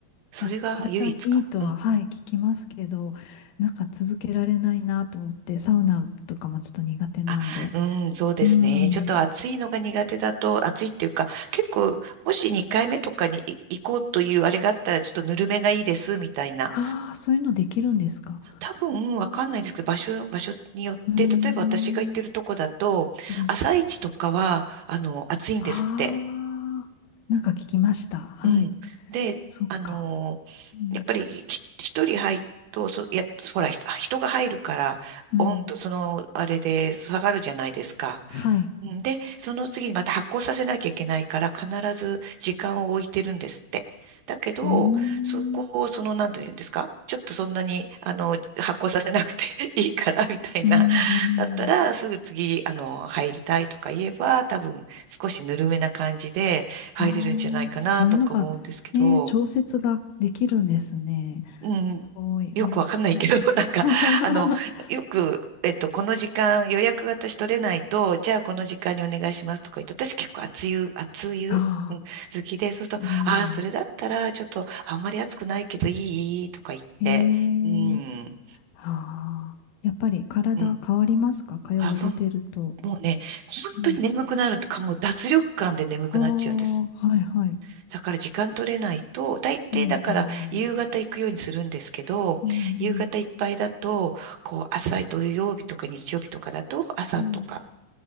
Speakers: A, on the right; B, on the left.
A: それが唯一かな。
B: な、体にいいとは、はい、聞きますけど、なんか続けられないなと思って、サウナとかもちょっと苦手なんで。
A: あ、うん、そうですね。
B: うん。
A: ちょっと暑いのが苦手だと、暑いっていうか、結構、もし2回目とかにい行こうというあれがあったら、ちょっとぬるめがいいです、みたいな。
B: ああ、そういうのできるんですか。
A: 多分、わかんないんですけど、場所、場所によって、
B: うーん。
A: 例えば私が行ってるとこだと、
B: うん。
A: 朝一とかは、あの、暑いんですって。
B: ああ、なんか聞きました。はい。
A: うん。で、
B: そっか。
A: あの、
B: うん
A: やっぱり、ひ一人入ると、そ、やっぱ、ほら、ひ人が入るから、
B: うん。
A: 温度、その、あれで下がるじゃないですか。
B: はい。
A: うんで、その次にまた発酵させなきゃいけないから、必ず時間を置いてるんですって。だけど、
B: うーん。
A: そこを、その、なんて言うんですかちょっとそんなに、あの、発酵させなくて <laughs> いいから、みたいな。
B: うん、うん。
A: だったら、すぐ次、あの、入りたいとか言えば、多分、少しぬるめな感じで入れるんじゃないかな、
B: ああ、そういうのが、
A: とか思うんですけど。
B: えー、調節ができるんですね。
A: うん、
B: すごい。
A: よくわかんないけど、
B: うん
A: <laughs> なんか、
B: <laughs>
A: あの、よく、えっと、この時間予約が私取れないと、じゃあこの時間にお願いしますとか言って、私結構熱湯、熱湯、
B: ああ、
A: うん、好きで、そうすると、
B: うん。
A: ああ、それだったら、ちょっと、あんまり熱くないけどいいとか言って、
B: へえ。
A: うん、
B: ああ。やっぱり体変わりますか通われてると。
A: うん。あ、もう、もうね、本当に眠くなるとか、
B: うん。
A: もう脱力感で眠くなっちゃうんです。
B: ああ、はいはい。
A: だから時間取れないと、大抵だから夕方行くようにするんですけど、
B: うん。ああ。うんうん。
A: 夕方いっぱいだと、こう朝土曜日とか日曜日とかだと朝とか
B: うん。